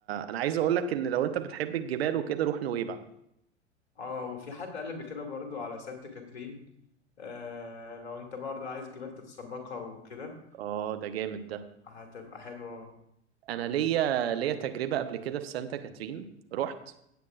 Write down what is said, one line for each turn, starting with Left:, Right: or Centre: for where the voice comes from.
Right: انا عايز اقول لك ان لو انت بتحب الجبال وكده روح نويبع
Left: اه وفي حد قال قبل كده برضو على سانت كاترين آه لو انت برضو عايز جبال تتسلقها وكده
Right: اه ده جامد ده
Left: هتبقى حلوة
Right: انا ليا ليا تجربة قبل كده في سانتا كاترين رحت